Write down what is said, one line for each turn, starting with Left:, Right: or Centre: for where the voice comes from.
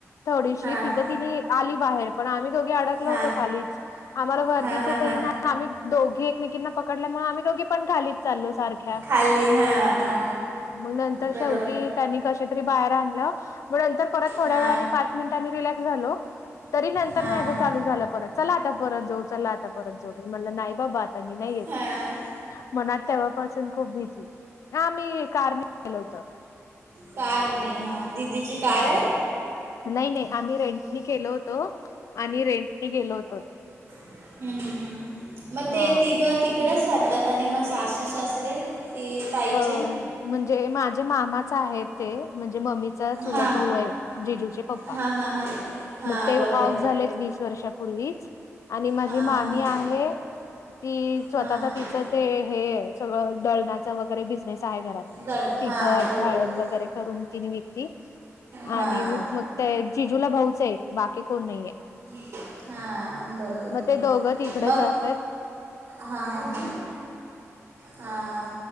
Left: थोडीशी
Right: हां
Left: तिचं ति आली बाहेर. पण आम्ही दोघे अडकल
Right: हा
Left: होतो खालीच. आम्हाला वरतीच
Right: हा हा
Left: येत
Right: हा
Left: ना, आम्ही दोघी एकमेकींना पकडल्यामुळे आमही दोघी पण खालीच चालो सारखं. हा
Right: खाली हा हा
Left: मग नंतर
Right: बरोबर
Left: शेवटी. त्यांनी कशा तर बाहेर आणला मग नंतर थोडा
Right: हा
Left: वेळानी पाच मिनिट रिलॅक्स झालो. तरी नंतर
Right: हा
Left: नं मेज
Right: हा
Left: चालू झालं परत चला आता परत जाऊ चला आता परत जाऊ मी म्हटला नाही बाबा आता मी नाही येत.
Right: ह. <unintelligible>
Left: मनात तेव्हापासून खूप भीती. हा मी कारणी गेलो होत.
Right: कार ने हा दिदीची कार आहे.
Left: नाही नाही आम्ही रेंटी केलो होतो आणि रेंटनी गेलो होतो.
Right: हम्म हम्म हम्म मग
Left: हा
Right: ते तिघं तिकडच राहतात आणि मग सासू सासरे. ती ताईचे
Left: हा म्हणजे माझे मामाच आहेत ते म्हणजे मम्मी चुलत
Right: हां
Left: भाऊ आहे, जीजूचे पप्पा
Right: हां हां हां हां
Left: ते
Right: बरोबर
Left: ऑफ झाले वीस वर्षापूर्वीच आणि माझी
Right: हां
Left: मामी
Right: हां हां
Left: आहे ती. स्वतच
Right: हां
Left: तिचं ते हे आहे सगळं दळणाच. वगैरे बिझनेस आहे घरात.
Right: दळण
Left: मग ती
Right: हां
Left: टाळन
Right: बरोबर
Left: वगैरे करून तिने विकती.
Right: हां
Left: आणि मग ते जिजूला भाऊच एक बाकी कोण नाहीे.
Right: हा बरोबर बरोबर.
Left: ते दोघं तिकडेच
Right: मग
Left: असत्यात.
Right: हा हा हा. हा